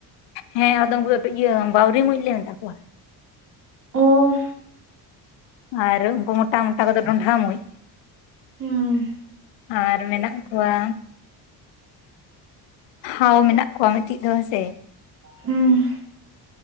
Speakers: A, on the left; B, on the right.
A: ᱦᱮᱸᱻ ᱟᱫᱚ ᱩᱱᱠᱩ ᱫᱚ ᱤᱭᱟᱹ ᱵᱟᱣᱨᱤ ᱢᱩᱸᱡᱽ ᱞᱮ ᱢᱮᱛᱟ ᱠᱚᱣᱟ᱾
B: ᱚᱻ
A: ᱟᱨ ᱩᱱᱠᱩ ᱢᱚᱴᱟ ᱢᱚᱴᱟ ᱠᱚᱫᱚ ᱰᱚᱸᱰᱷᱟ ᱢᱩᱸᱡ
B: ᱦᱩᱸᱻ
A: ᱟᱨ ᱢᱮᱱᱟᱜ ᱠᱚᱣᱟ ᱦᱟᱣ ᱢᱮᱱᱟᱜ ᱠᱚᱣᱟ ᱢᱤᱫ ᱴᱤᱡ ᱫᱚ ᱦᱮᱸ ᱥᱮ
B: ᱦᱮᱸ